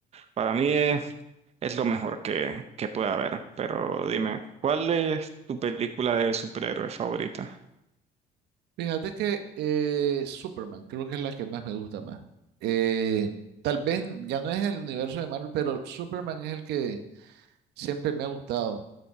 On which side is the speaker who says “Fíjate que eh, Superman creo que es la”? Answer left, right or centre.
Right